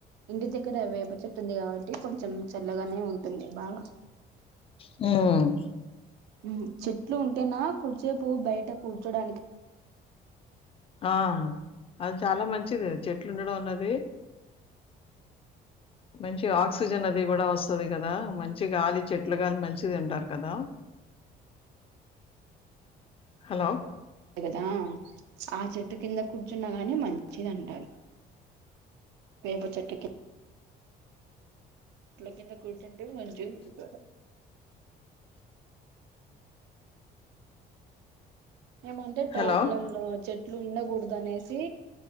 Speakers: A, on the right; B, on the left.
A: ఇంటి దగ్గర వేప చెట్టు ఉంది కాబట్టి కొంచెం చల్లగానే ఉంటుంది బాగా
B: మ్మ్
A: ఉ చెట్లు ఉంటేనా కొద్దిసేపు బయట కూర్చోడానికి
B: ఆ అది చాలా మంచిది చెట్లుండడం అన్నది మంచి ఆక్సిజన్ అది కూడా వస్తది కదా మంచి గాలి చెట్ల గాలి మంచిదంటారు కదా హలో
A: కదా ఆ చెట్టు కింద కూర్చున్నాగానే మంచిది అంటా వేప చెట్టుకి కింద కూర్చుంటే <unintelligible> <unintelligible> ఏమంటే టౌన్
B: హలో!
A: లలో చే చెట్లు ఉండకూడదు అనేసి